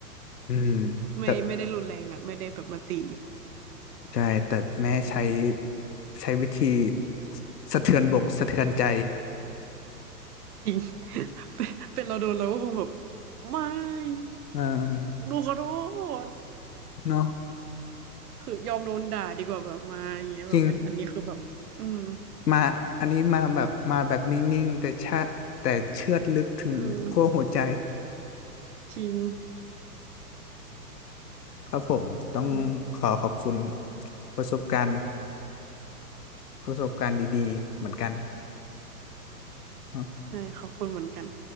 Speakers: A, on the left; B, on the right.
A: อืม
B: ไม่ไม่ได้รุนแรงอะไม่ได้แบบมาตี
A: แต่ ใช่แต่แม่ใช้ใช้วิธีสะเทือนบกสะเทือนใจ
B: จริง <laughs> เป็นเป็นเราโดนเราก็คงแบบไม่
A: เออ
B: หนูขอโทษ
A: เนาะ
B: คือยอมโดนด่าดีกว่าแบบมาอย่างเงี้ยแบบอันอันนี้คือแบบอืม
A: จริงมาอันนี้มาแบบมาแบบนิ่งๆแต่ชะแต่เชือดลึกถึงขั้วหัวใจ
B: เออจริง
A: ครับผมต้องขอขอบคุณ
B: อืม
A: ประสบการณ์ประสบการณ์ดีๆเหมือนกันเนาะ
B: ใช่ขอบคุณเหมือนกัน